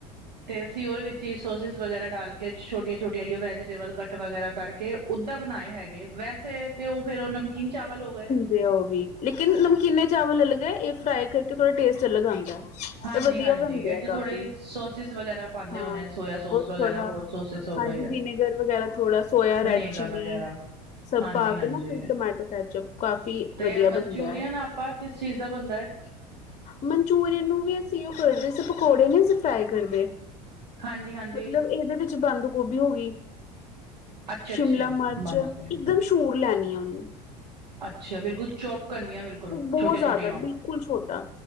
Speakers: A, on the right (about 85°); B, on the left (about 35°).
A: ਤੇ ਅਸੀਂ ਉਹਦੇ ਵਿੱਚ ਹੀ ਸੋਸਿਸ ਵਗੈਰਾ ਡਾਲ ਕੇ ਛੋਟੀਆਂ ਛੋਟੀਆਂ ਜਿਹਾ ਉਹ ਵੈਜੀਟੇਬਲ ਕੱਟ ਵਗੈਰਾ ਕਰਕੇ। ਕੇ ਓਦਾਂ ਬਣਾਏ ਹੈਗੇ ਵੈਸੇ ਤੇ ਉਹ ਫੇਰ ਉਹ ਨਮਕੀਨ ਚਾਵਲ ਹੋ ਗਏ।
B: ਤੇ ਉਹ ਵੀ ਲੇਕਿਨ ਨਮਕੀਨੇ ਚਾਵਲ ਅਲੱਗ ਹੈ। ਇਹ ਫਰਾਈ ਕਰਕੇ ਥੋੜਾ ਟੇਸਟ ਅਲੱਗ ਆਉਂਦਾ ਹੈ।
A: ਹਾਂਜੀ
B: ਇਹ ਵਧੀਆ
A: ਹਾਂਜੀ
B: ਬਣਦੇ
A: ਇਹ
B: ਆ
A: ਚ
B: ਕਾਫੀ
A: ਥੋੜੇ ਸੋਸਿਸ ਵਗੈਰਾ ਪਾਉਂਦੇ
B: ਹਾਂ
A: ਹੋਣੇ ਸੋਇਆ ਸੋਸ
B: ਉਹ ਥੋੜ੍ਹਾ।
A: ਵਗੈਰਾ ਹੋਰ ਸੋਸਿਸ ਹੋ
B: ਹਾਂਜੀ
A: ਗਈ ਆ
B: ਵਿਨੇਗਰ ਵਗੈਰਾ ਥੋੜਾ ਸੋਇਆ, ਰੈਡ
A: ਵਿਨੇਗਰ
B: ਚਿੱਲੀ।
A: ਵਗੈਰਾ
B: ਸਬ
A: ਹਾਂਜੀ
B: ਪਾ
A: ਹਾਂਜੀ
B: ਕੇ ਨਾ ਫੇਰ ਟੋਮਾਟੋ ਕੈਚਅਪ ਕਾਫੀ
A: ਤੇ
B: ਵਧੀਆ
A: ਇਹ ਮਨਚੂਰੀਅਨ
B: ਬਣਦਾ ਹੈ।
A: ਆਪਾਂ ਕਿਸ ਚੀਜ਼ ਦਾ ਬਣਦਾ ਹੈ
B: ਮਨਚੂਰੀਅਨ ਨੂੰ ਵੀ ਅਸੀਂ ਉਹ ਕਰਦੇ ਸੀ ਪਕੌੜੇ ਨੀ ਅਸੀਂ ਫਰਾਈ ਕਰਦੇ।
A: ਹਾਂਜੀ ਹਾਂਜੀ
B: ਮਤਲਬ ਇਹਦੇ ਵਿੱਚ ਬੰਦ ਗੋਭੀ ਹੋ ਗਈ।
A: ਅੱਛਾ
B: ਸ਼ਿਮਲਾ
A: ਅੱਛਾ
B: ਮਿਰਚ
A: ਬੰਦ
B: ਇੱਕਦਮ
A: ਗੋਭੀ।
B: ਸ਼ੂਰ ਲੈਣੀ ਆ ਉਹਨੂੰ।
A: ਅੱਛਾ ਬਿਲਕੁਲ ਚੌਪ। ਕਰਨੀਆਂ ਬਿਲਕੁਲ
B: ਬਹੁਤ
A: ਛੋਟੀਆਂ
B: ਜ਼ਿਆਦਾ
A: ਛੋਟੀਆਂ
B: ਬਿਲਕੁਲ ਛੋਟਾ